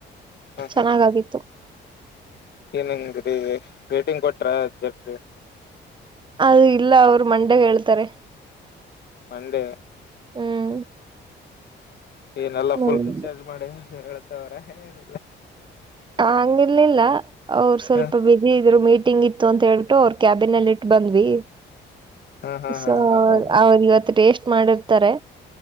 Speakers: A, on the left (about 55°); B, on the right (about 25°).
A: ಹಾ
B: ಚೆನ್ನಾಗಾಗಿತ್ತು
A: ಎಂಗ್ ರೀ ರೇಟಿಂಗ್ ಕೊಟ್ರಾ ಜಡ್ಜ್
B: ಅದು ಇಲ್ಲ ಅವರು ಮಂದ್ಯಾಗ ಹೇಳ್ತಾರೆ
A: ಮಂಡೇ
B: ಹ್ಮ್
A: ಏನಲ್ಲ
B: ಹ್ಮ್
A: ಫುಲ್ ರೀಚಾರ್ಜ್ ಮಾಡಿ ಹೇಳ್ತವ್ರ ಏನಿಲ್ಲ
B: ಹ ಹಂಗಿರ್ಲಿಲ್ಲ ಅವರು ಸ್ವಲ್ಪ
A: ಹ
B: ಬ್ಯುಸಿ ಇದ್ರು ಮೀಟಿಂಗ್ ಇತ್ತು ಅಂತ ಹೇಳ ಇ ಅವರ್ ಕ್ಯಾಬಿನ್ಲ್ಲಿ ಇಟ್ ಬಂದ್ವಿ
A: ಹಾ ಹಾ
B: ಸೊ
A: ಹಾ ಹೌದಾ
B: ಅವರು ಇವತ್ತು ಟೇಸ್ಟ್ ಮಾಡಿರ್ತಾರೆ